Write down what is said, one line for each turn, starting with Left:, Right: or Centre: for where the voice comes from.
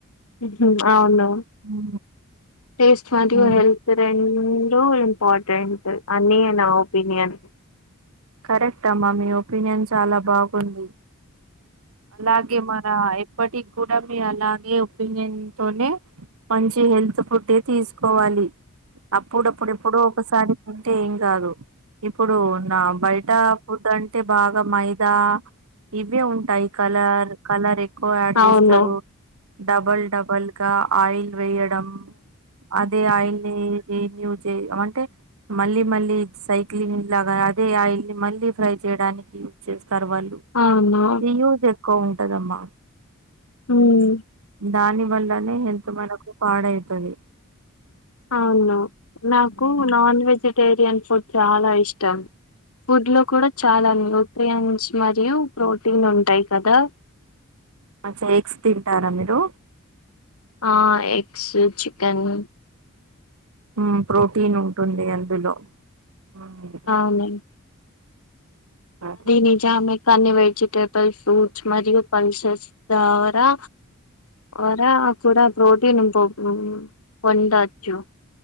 Left: ఊహూ అవునా
Right: ఉ
Left: టేస్ట్ మరియు
Right: అవును
Left: హెల్త్ ఇ రెండు ఇంపార్టెంట్ అని నా ఒపీనియన్
Right: కరెక్ట్ అమ్మా మీ ఒపీనియన్ చాలా బాగుంది అలాగే మన ప్పటికి గుడా మీ అలాగే ఒపీనియన్ తోనే మంచి హెల్త్ ఫుడే తీసుకోవాలి అప్పుడప్పుడప్పుడు ఎప్పుడో ఒకసారి అంటే ఏం కాదు ఇప్పుడు నా బయట ఫుడ్ అంటే బాగా మైదా ఇవే ఉంటాయి కలర్ కలర్ ఎక్కువ యాడ్
Left: అవును
Right: చేస్తారు
Left: అవును
Right: డబల్ డబల్ గా ఆయిల్ వేయడం అదే ఆయిల్ ని <unintelligible> చేయ్ అంటే మళ్ళీ మళ్ళీ సైక్లింగ్ లాగా దే ఆయిల్నీ మళ్ళీ ఫ్రై చేయడానికి యూజ్ చేస్తారు వాళ్ళు
Left: అవును
Right: రీయిస్ తక్కువ ఉంటదమ్మా
Left: హ్మ్
Right: దాని వల్లనే హెల్త్ మనకు పాడవుతది
Left: అవును నాకు నాన్ వెజిటేరియన్ ఫుడ్ చాల ఇష్టం ఫుడ్ లో కూడా చాలా న్యూట్రియన్స్ మరియు ప్రోటీన్ ఉంటాయి కదా
Right: మచ్చా ఎగ్స్ తింటారా మీరు
Left: ఆ ఎగ్స్ చికెను
Right: హ్మ్ ప్రోటీన్ ఉంటుంది అందులో ఉమ్,
Left: అవును
Right: అది.
Left: నిజామే కానీ వెజిటేబుల్స్ ఫ్రూట్స్ మరియు పల్సస్ ద్వారా వర కూడా ప్రోటీన్ పో వండచ్చు